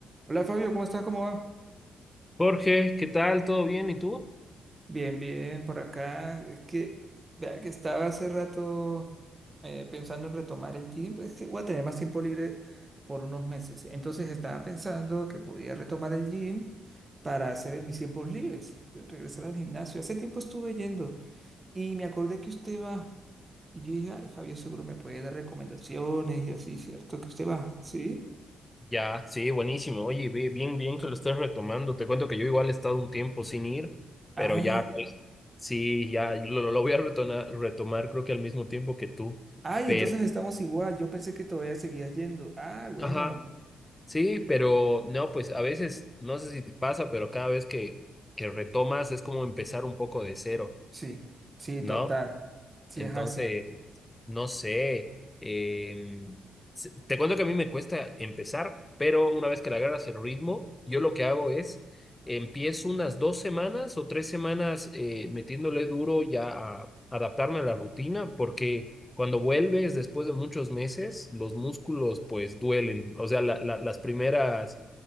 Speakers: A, on the right; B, on the left.
A: Hola Fabio, ¿cómo está? ¿Cómo va?
B: Jorge, ¿qué tal? ¿Todo bien? ¿Y tú?
A: Bien, bien, por acá. Es que, vea que estaba hace rato eh, pensando en retomar el gym. Es que voy a tener más tiempo libre por unos meses. Entonces estaba pensando que podía retomar el gym para hacer en mis tiempos libres, eh, regresar al gimnasio. Hace tiempo estuve yendo y me acordé que usted va. Y yo dije, ay, Fabio seguro me puede dar recomendaciones y así, ¿cierto? Que usted va, ¿sí?
B: Ya, sí, buenísimo. Oye, ve- bien, bien que lo estés retomando. Te cuento que yo igual he estado un tiempo sin ir,
A: Ah,
B: pero ya, pues, sí, ya lo, lo voy a retona- retomar, creo que al mismo tiempo que tú.
A: ay,
B: Pero,
A: entonces estamos igual. Yo pensé que todavía seguías yendo. Ah, bueno.
B: ajá, sí,
A: Y-
B: pero no, pues a veces, no sé si te pasa, pero cada vez que, que retomas es como empezar un poco de cero,
A: Sí, sí,
B: ¿no?
A: total. Sí,
B: Entonces,
A: es así.
B: No sé. em, se- te cuento que a mí me cuesta empezar, pero una vez que le agarras el ritmo, yo lo que hago es empiezo unas dos semanas o tres semanas eh, metiéndole duro ya a adaptarme a la rutina, porque cuando vuelves después de muchos meses, los músculos pues duelen. O sea, la- la- las primeras